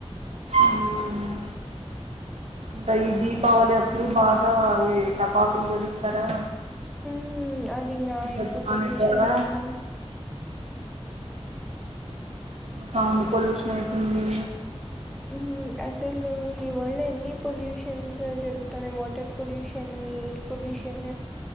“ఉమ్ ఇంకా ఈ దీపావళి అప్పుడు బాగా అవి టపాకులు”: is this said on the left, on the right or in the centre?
Right